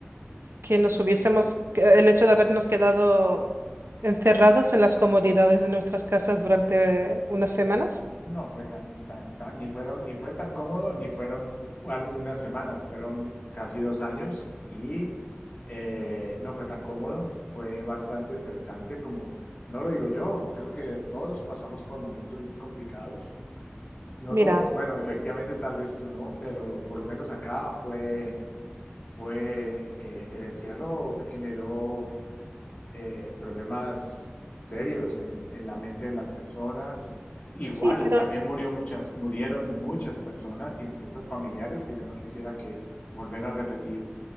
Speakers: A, on the right; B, on the left.
A: que nos hubiésemos, que el hecho de habernos quedado encerrados en las comodidades de nuestras casas durante unas semanas.
B: No fue tan, tan, tan, ni fueron, ni fue tan cómodo, ni fueron algunas semanas, fueron casi dos años y eh, no fue tan cómodo, fue bastante estresante, como no lo digo yo, creo que todos pasamos por momentos muy complicados, no
A: Mira,
B: todos, bueno, efectivamente tal vez tú no, pero por lo menos acá fue, fue, eh, el encierro generó eh, problemas serios en, en la mente de las personas. Igual,
A: sí, pero
B: también murió muchas, murieron muchas personas y entre esas familiares que yo no quisiera que volver a repetir,